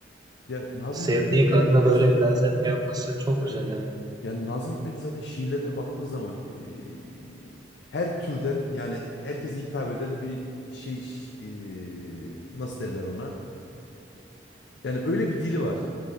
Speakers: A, on the left; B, on the right.
A: Ya Nazım
B: Sevdiği
A: Hikmet'in genellikle
B: kadına böyle
A: zaten
B: bir benzetme yapması çok
A: evet.
B: güzel yani.
A: Yani Nazım Hikmet'in zaten şiirlerine baktığın zaman eee, her türden yani herkese hitap eden bir şey ş- eee, nasıl derler ona? Yani öyle bir dili var.